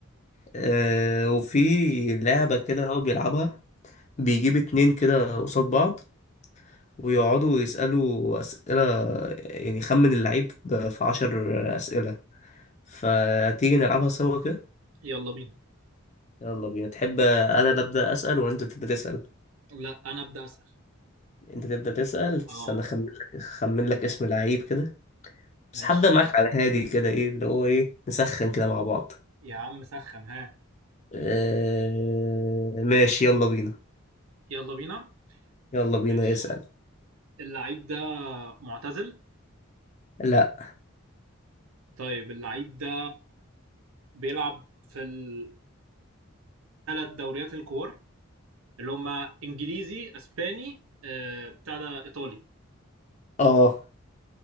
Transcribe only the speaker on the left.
آه وفي لعبة كده هو بيلعبها بيجيب اتنين كده قصاد بعض ويقعدوا يسألوا أسئلة يعني خمن اللعيب ب- في عشر أسئلة فتيجي نلعبها سوا كده
يلا بينا تحب آه، انا اللي ابدا اسال ولا انت تبدا تسال
انت تبدأ تسأل
استنى اخمن لك اخمن لك اسم لعيب كده بس
هبدأ معاك على هادي كده ايه اللي هو ايه نسخن كده مع بعض
اه... ماشي يلا بينا
يلا بينا
اسأل
لا
اه